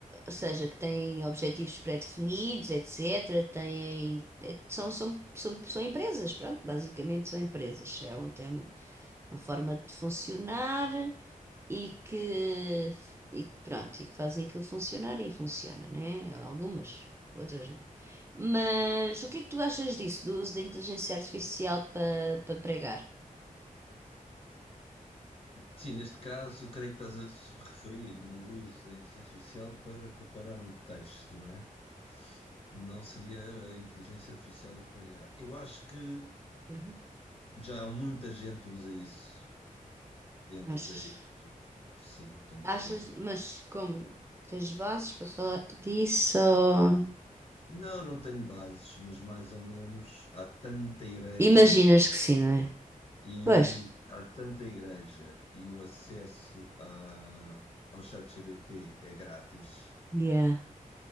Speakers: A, on the right (about 20°); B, on the left (about 40°).
A: ou seja, que têm objetivos pré-definidos, etc. Têm, é- são, são, são, são empresas, pronto, basicamente são empresas. É um, tem uma forma de funcionar e que, e, que, pronto, e que fazem aquilo funcionar e funciona, né? Algumas, outras não. Mas o que é que tu achas disso, do uso da inteligência artificial para para pregar?
B: Sim, neste caso, creio que estás a se referir no uso da inteligência artificial para preparar um texto, não é? Não seria a inteligência artificial a pregar. Eu acho que
A: Uhum.
B: já muita gente usa isso dentro
A: Achas?
B: da igreja. Sim, tenho
A: Achas,
B: quase a certeza
A: mas
B: absoluta.
A: como tens bases para falar disso? ou-
B: Não, não tenho bases, mas mais ou menos há tanta igreja
A: Imaginas que sim, não é?
B: e
A: Pois,
B: o, há tanta igreja e o acesso a, ao chat GPT é grátis
A: yeah.